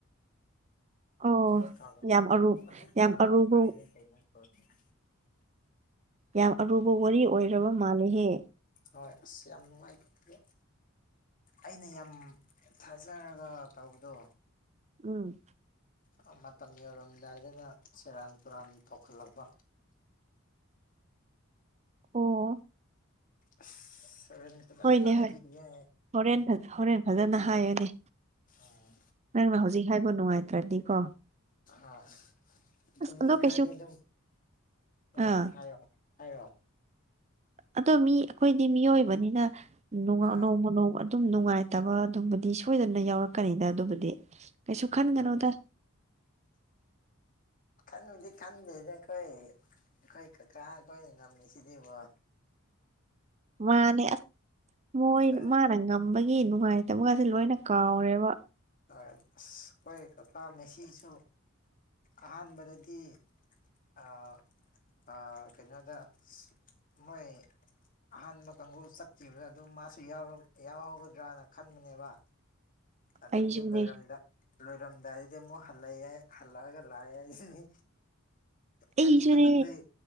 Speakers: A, on the right; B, on the left.
A: ꯑꯣ
B: <unintelligible>
A: ꯌꯥꯝ ꯑꯔꯨ ꯌꯥꯝ ꯑꯔꯨꯕ ꯌꯥꯝ ꯑꯔꯨꯕ ꯋꯥꯔꯤ ꯑꯣꯏꯔꯕ ꯃꯥꯂꯦꯍꯦ
B: ꯍꯣꯏ ꯑꯁ ꯌꯥꯝ ꯅꯨꯡꯉꯥꯏꯇꯦ ꯑꯩꯅ ꯌꯥꯝ ꯊꯥꯖꯔꯒ ꯇꯧꯕꯗꯣ
A: ꯎꯝ
B: ꯑꯥ ꯃꯇꯝ ꯌꯧꯔꯝꯗꯥꯏꯗꯅ ꯁꯦꯔꯥꯟ ꯇꯨꯔꯥꯟ ꯇꯧꯈꯠꯂꯛꯄ
A: ꯑꯣ
B: ꯑꯁ ꯍꯣꯔꯦꯟ ꯐꯖꯅ
A: ꯍꯣꯏꯅꯦ
B: ꯍꯥꯏꯕꯤꯒꯦ
A: ꯍꯣꯏ ꯍꯣꯔꯦꯟ ꯐ ꯍꯣꯔꯦꯟ ꯐꯖꯅ ꯍꯥꯏꯌꯣꯅꯦ
B: ꯎꯝ
A: ꯅꯪꯅ ꯍꯧꯖꯤꯛ ꯍꯥꯏꯕ ꯅꯨꯡꯉꯥꯏꯇ꯭ꯔꯗꯤꯀꯣ
B: ꯑꯥ ꯑꯗꯨꯝ
A: ꯑꯁ
B: ꯃꯤ
A: ꯑꯗꯣ
B: ꯈꯔꯗꯤ
A: ꯀꯩꯁꯨ
B: ꯑꯗꯨꯝ ꯎꯝ
A: ꯑꯥ
B: ꯍꯥꯏꯌꯣ ꯍꯥꯏꯌꯣ
A: ꯑꯗꯣ ꯃꯤ ꯑꯩꯈꯣꯏꯗꯤ ꯃꯤꯑꯣꯏꯕꯅꯤꯅ ꯅꯣꯡꯉ
B: ꯑꯥ
A: ꯅꯣꯡꯃ ꯅꯣꯡꯃ ꯑꯗꯨꯝ ꯅꯨꯡꯉꯥꯏꯇꯕ ꯑꯗꯨꯝꯕꯗꯤ ꯁꯣꯏꯗꯅ ꯌꯥꯎꯔꯛꯀꯅꯤꯗ ꯑꯗꯨꯕꯨꯗꯤ ꯀꯩꯁꯨ ꯈꯟꯒꯅꯣꯗ
B: ꯍꯥꯏ ꯈꯟꯕꯨꯗꯤ ꯈꯟꯗꯦꯗ ꯑꯈꯣꯏ ꯑꯈꯣꯏ ꯀꯥꯀꯥ ꯈꯣꯏꯅ ꯉꯝꯃꯤ ꯁꯤꯗꯤꯕꯣ
A: ꯃꯥꯅꯦ ꯑꯁ ꯃꯣꯏ
B: ꯑꯁ
A: ꯃꯥꯅ ꯉꯝꯕꯒꯤ ꯅꯨꯡꯉꯥꯏꯇꯕꯒꯁꯦ ꯂꯣꯏꯅ ꯀꯥꯎꯔꯦꯕ
B: ꯑꯔ ꯑꯁ ꯑꯩꯈꯣꯏ ꯀꯀꯥ ꯃꯦꯁꯤꯁꯨ ꯑꯍꯥꯟꯕꯗꯗꯤ ꯑꯥ ꯑꯥ ꯀꯩꯅꯣꯗ ꯃꯣꯏ ꯑꯍꯥꯟꯕ ꯀꯥꯡꯒꯨ ꯆꯠꯈꯤꯕꯗ ꯑꯗꯨꯝ ꯃꯥꯁꯨ ꯌꯥꯎꯔꯛ ꯌꯥꯎꯍꯧꯒꯗ꯭ꯔꯅ ꯈꯟꯕꯅꯦꯕ ꯑꯗꯨꯕꯨ
A: ꯑꯩꯁꯨꯅꯦ
B: ꯂꯣꯏꯔꯝꯗ ꯂꯣꯏꯔꯝ ꯗꯥꯏꯗ ꯃꯨ ꯍꯜꯂꯥꯏ ꯍꯜꯂꯒ ꯂꯥꯏ ꯍꯥꯏꯁꯤꯅꯤ
A: ꯑꯩꯁꯨꯅꯦ
B: ꯒꯥꯔꯤ ꯃꯅꯨꯡꯗꯩ